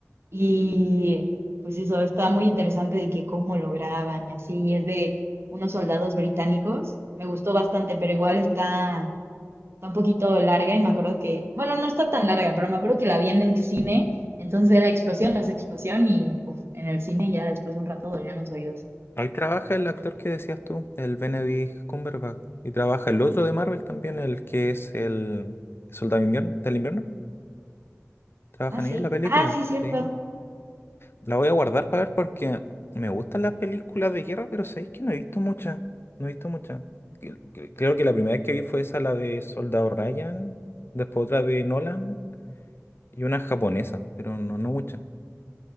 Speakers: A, on the right; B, on the left.
A: y pues eso, está muy interesante de que cómo lo graban y así, y es de unos soldados británicos, me gustó bastante, pero igual está, está un poquito larga y me acuerdo que, bueno, no está tan larga, pero me acuerdo que la vi en el cine, entonces era explosión tras explosión y uf, en el cine ya después de un rato dolían los oídos.
B: Ahí trabaja el actor que decías tú, el Benedict Cumberbatch. Y trabaja el otro de Marvel también, el que es el Soldado Invier- del Invierno. Trabajan
A: Ah, sí,
B: ellos en la película,
A: ah, sí, cierto.
B: sí. La voy a guardar para ver porque me gustan las películas de guerra, pero sabéis que no he visto muchas. No he visto muchas. Cre- cre- Creo que la primera vez que vi fue esa, la de Soldado Ryan, después otra de Nolan y una japonesa, pero no, no muchas.